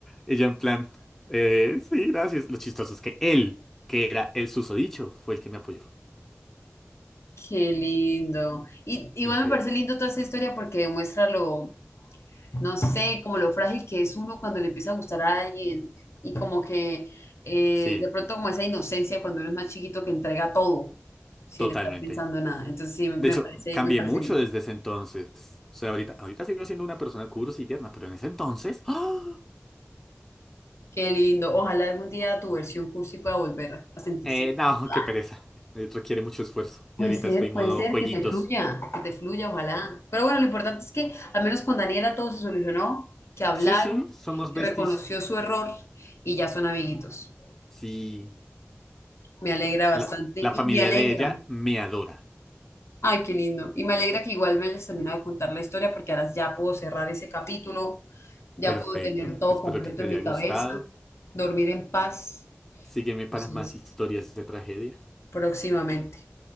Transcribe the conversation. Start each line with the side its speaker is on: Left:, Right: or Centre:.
Centre: Ella en plan, "Eh, sí, gracias. Lo chistoso es que él, que era el susodicho, fue el que me apoyó.
Left: Qué lindo. Y igual
Centre: Increíble.
Left: me parece lindo toda esa historia porque demuestra lo, no sé, como lo frágil que es uno cuando le empieza a gustar a alguien y como que eh,
Centre: Sí,
Left: de pronto como esa inocencia cuando uno es más chiquito que entrega todo sin
Centre: totalmente.
Left: estar pensando en nada. Entonces sí, me
Centre: De hecho,
Left: parece,
Centre: cambié
Left: me parece
Centre: mucho
Left: lindo.
Centre: desde ese entonces. O sea, ahorita, ahorita sigo siendo una persona curiosa y tierna, pero en ese entonces... ¡ah!
Left: Qué lindo. Ojalá algún día tu versión cursi pueda volver a sentirse
Centre: Eh,
Left: cómoda.
Centre: no, <laughs> qué pereza. Eh, requiere mucho esfuerzo.
Left: Puede
Centre: Y ahorita
Left: ser,
Centre: estoy modo
Left: puede ser
Centre: jueguitos.
Left: que te fluya, que te fluya, ojalá. Pero bueno, lo importante es que al menos con Daniela todo se solucionó, que hablaron,
Centre: Sí, sí, somos
Left: que
Centre: besties.
Left: reconoció su error y ya son amiguitos.
Centre: Sí,
Left: Me alegra bastante
Centre: la,
Left: y
Centre: la familia
Left: me alegra.
Centre: de ella me adora.
Left: Ay, qué lindo. Y me alegra que igual me hayas terminado de contar la historia porque ahora ya puedo cerrar ese capítulo, ya
Centre: Perfecto.
Left: puedo tener todo
Centre: Espero
Left: completo
Centre: que te
Left: en
Centre: haya
Left: mi
Centre: gustado.
Left: cabeza, dormir en paz.
Centre: Sígueme para
Left: Entonces,
Centre: más historias de tragedia.
Left: próximamente.